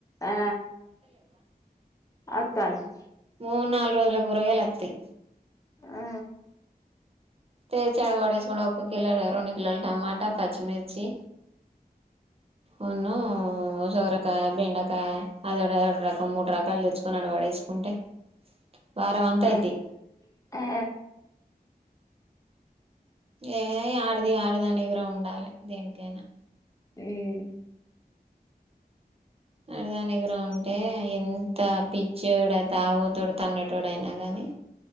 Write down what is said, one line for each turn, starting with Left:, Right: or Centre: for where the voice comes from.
Left: ఆ అత్తాన్నయి
Right: మూడు నాలుగు రోజల కూరగాయలు వత్తయి
Left: ఆ
Right: తెచ్చి ఆడ పడేసుకుంటే ఒక్క కిలో రెండు కిలోలు టమాటా పచ్చిమిర్చి ఉను సొరకాయ బెండకాయ అదోటి అదోటి రకం మూడు రకాలు తెచ్చుకొని అడ పడేసు కుంటే వారం అంత అయితయి
Left: ఆ ఆ
Right: ఏ ఆడిది ఆడిదాని ఇగురం ఉండాలి దేనికైనా
Left: ఉమ్
Right: అడదాని ఇగురం ఉంటే ఎంత త పిచ్చోడు తాగుబోతోడు తన్నేటోడయినా గాని